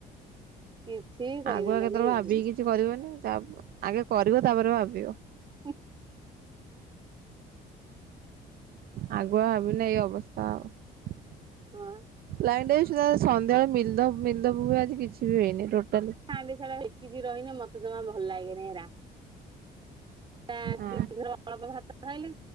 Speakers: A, on the right; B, on the right.
A: କିଛି କରିଦେଲାନି
B: ଆଗୁଆ କେତେବେଳେ
A: ଲାଇନ୍।
B: ଭାବିକି କିଛି କରିବନି ଆଗେ କରିବ ତାପରେ ଭାବିବ?
A: ହୁଁ।
B: ଆଗୁଆ ଭାବିନେ ଏଇ ଅବସ୍ଥା ହବ।
A: ହଁ।
B: ଲାଇନ ନାଇଁ ସନ୍ଧ୍ୟାବେଳେ ଦିଲଦବୁ ଆଜି କିଛି ବି ହେଇନି ଟୋଟାଲି
A: <unintelligible> ହେକି ରହନେ ମତେ ଜମା ଭଲ ଲାଗେନି ହେରା। ର
B: ହଁ।
A: ଅଳ୍ପ ଭାତ ଖାଇଲି।